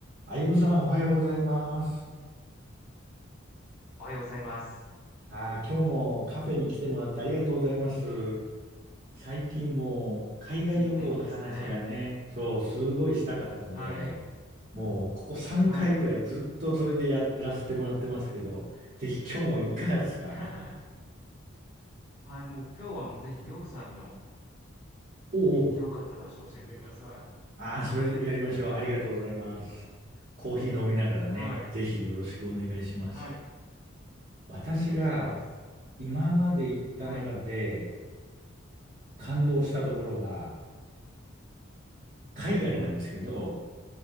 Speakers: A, on the right; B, on the left.
A: あゆむさん、おはようございます。
B: おはようございます。
A: はい、今日もカフェに来てもらってありがとうございます。最近もう海外旅行の話がね、
B: いや、めっちゃいい天気ですね。
A: そう、すごいしたかったんで、
B: はい。
A: もうここ3回くらいずっとそれでやらせてもらってますけど、
B: はい。
A: ぜひ今日もいかがですか
B: <laughs> はい、もう今日はもうぜひりょうさんの
A: おうおう。
B: 行ってよかった場所を教えてください。
A: ああ、それやりましょう。ありがとうございます。コーヒー飲みながらね、
B: はい。
A: ぜひよろしくお願いします。
B: はい。
A: 私が
B: お願いします。
A: 今まで行った中で
B: はい。
A: 感動したところは、海外なんですけど、
B: はい。